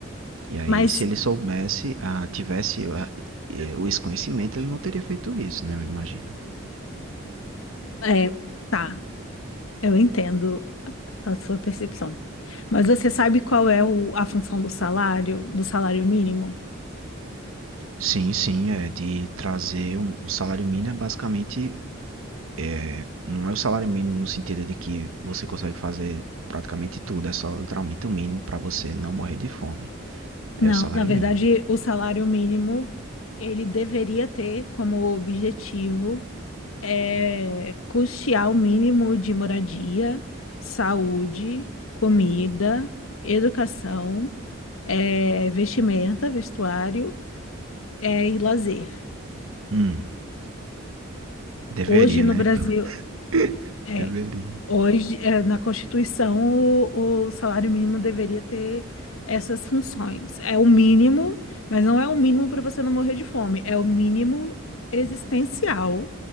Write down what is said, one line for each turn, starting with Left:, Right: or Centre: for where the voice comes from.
Right: E aí,
Left: Mas
Right: se ele soubesse, ah, tivesse ah, eh, o desconhecimento, ele não teria feito isso, né? Eu imagino.
Left: É, tá, eu entendo a sua percepção. Mas você sabe qual é o- a função do salário, do salário mínimo?
Right: Sim, sim, é de trazer um, o salário mínimo é basicamente é, não é o salário mínimo no sentido de que você consegue fazer praticamente tudo, é só literalmente o mínimo para você não morrer de fome. É
Left: Não,
Right: o salário
Left: na verdade,
Right: mínimo.
Left: o salário mínimo ele deveria ter como objetivo é, custear o mínimo de moradia, saúde, comida, educação, é, vestimenta, vestuário, é, e lazer.
Right: Hum, deveria,
Left: Hoje no
Right: né?
Left: Brasil,
Right: <laughs>
Left: é,
Right: Deveria.
Left: Hoje, eh, na Constituição, o, o salário mínimo deveria ter essas funções. É o mínimo, mas não é o mínimo para você não morrer de fome, é o mínimo existencial.